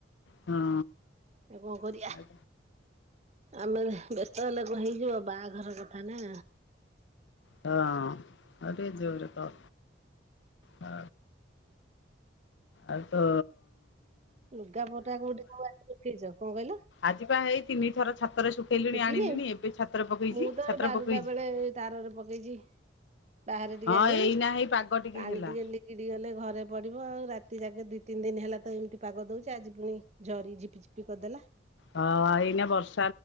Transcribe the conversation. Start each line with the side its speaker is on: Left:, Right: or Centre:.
Left: ହଁ
Right: ଆ କଁ କରିଆ।
Left: ହଁ
Right: ଆମେ ବ୍ୟସ୍ତ ହେଲା କ ହେଇଯିବ ବାହାଘର କଥା ନା।
Left: ହଁ ଅ ଜୋରେ କ। ଆ ଆତ
Right: ଲୁଗାପଟା କୋଉଠି <unintelligible> କଁ କହିଲ?
Left: ଆଜି ବା ଏଇ ତିନି ଥର ଛାତରେ ଶୁଖେଇଲିଣି
Right: ଶୁଖିନେଇ
Left: ଆଣିଲିଣି ଏବେ ଛାତରେ ପକେଇଚି
Right: ମୁଁ ତ
Left: ଛାତ୍ର
Right: ଏ ବାରୁଟା
Left: ପକେଇଚି।
Right: ବେଳେ ତାରରେ ପକେଇଚି ବାହାରେ ଟିକେ
Left: ହଁ
Right: ଆଣି
Left: ଏଇନା ହେଇ ପାଗ
Right: ପାଣି
Left: ହେଲା
Right: ଟିକେ ଲି ଗିଡି ଗଲେ ଘରେ ପଡିବ ଆଉ ରାତି ଯାକେ ଦିଇ ତିନି ଦିନ ହେଲା ତ ଏମିତି ପାଗ ଦଉଚି ଆଜି ପୁଣି ଜରି ଝିପି ଝିପି କଦେଲା।
Left: ହଁ ଆଇନାଁ ବସ୍